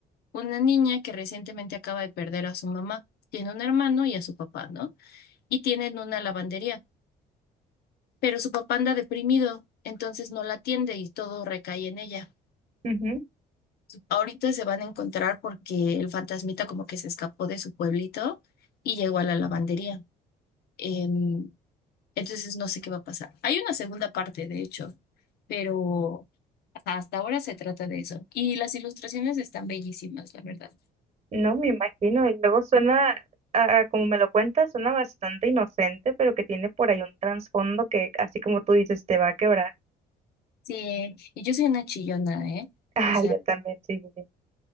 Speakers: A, on the left; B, on the right.
A: una niña que recientemente acaba de perder a su mamá. Tiene un hermano y a su papá, ¿no? Y tienen una lavandería, pero su papá anda deprimido, entonces no la atiende y todo recae en ella.
B: ujú.
A: Ahorita se van a encontrar porque el fantasmita como que se escapó de su pueblito y llegó a la lavandería. Em, entonces no sé qué va a pasar. Hay una segunda parte, de hecho, pero ajá, hasta ahora se trata de eso. Y las ilustraciones están bellísimas, la verdad.
B: No me imagino. Y luego suena, ah, como me lo cuentas, suena bastante inocente, pero que tiene por ahí un trasfondo que, así como tú dices, te va a quebrar.
A: Sí, y yo soy una chillona, ¿eh?
B: <laughs> Ah,
A: O sea,
B: yo también, sí, sí, sí.